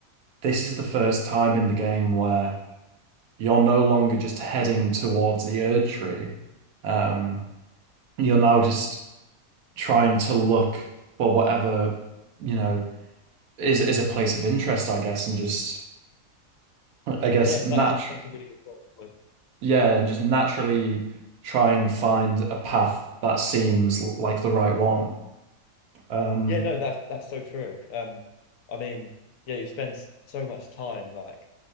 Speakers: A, on the right; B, on the left.
A: this is the first time in the game where you're no longer just heading towards the Erdtree. Um, you're now just trying to look for whatever, you know. is is a place of interest, I guess, and just I guess
B: Yeah,
A: natural,
B: that is a that's a really good point.
A: yeah, and just naturally try and find a path that seems l- like the right one. Um,
B: Yeah, no, that's that's so true. Um, I mean, yeah, you spend so much time like